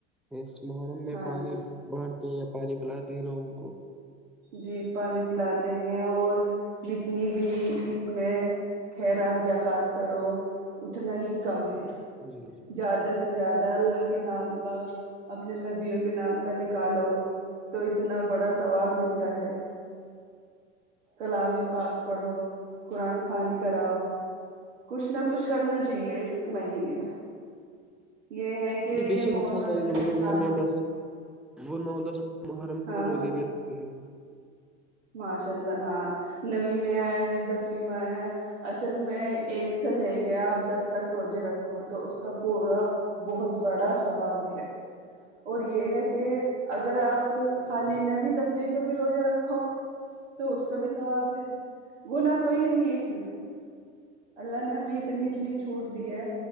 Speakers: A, in the centre; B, on the right (about 80°).
A: اس محرم میں
B: ہاں
A: پانی
B: جی
A: بانٹتے ہیں یا پانی پلاتے ہیں لوگوں کو
B: جی پانی پلاتے ہیں اور جتنی بھی اس میں خیرات جکات کرو اتنا ہی کم ہے
A: جی
B: زیادہ سے زیادہ اللہ کے نام کا اپنے نبیوں کے نام کا نکالو تو اتنا بڑا ثواب ملتا ہے کلام پاک پڑھو قرآن خوانی کراؤ کچھ نہ کچھ کرنا چاہیے اس مہینے میں یہ ہے کہ یہ
A: جی بے شک
B: محرم
A: بہت سارے والے
B: کا
A: لوگ
B: جو
A: ہیں
B: چاند
A: وہ نو دس وہ نو دس محرم
B: ہاں
A: کو روزے بھی رکھتے ہیں
B: ماشاء اللہ ہاں نویں میں آیا ہے دسویں میں آیا ہے اصل میں ایک سے لے کے آپ دس تک روزے رکھو تو اس کا پورا بہت بڑا ثواب ہے اور یہ ہے کہ اگر آپ خالی نویں دسویں کو بھی روزے رکھو تو اس کا بھی ثواب ہے گناہ کوئی نہیں ہے اس میں اللہ نے ہمیں اتنی اتنی چھوٹ دی ہے